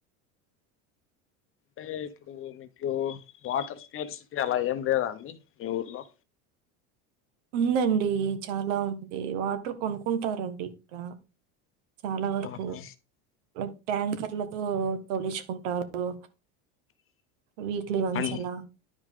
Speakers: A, on the left (about 35°); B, on the right (about 80°).
A: అంటే ఇప్పుడు మీకు వాటర్ స్కేల్స్ అలా ఏం లేదా అండి మీ ఊర్లో?
B: ఉందండి చాలా ఉంది వాటర్ కొనుకుంటారండి ఇక్కడ చాలా వరకు
A: ఆహా
B: లైక్ టాంకర్ల తో తొలిచ్చుకుంటారు వీక్లీ వన్స్
A: అం
B: అలా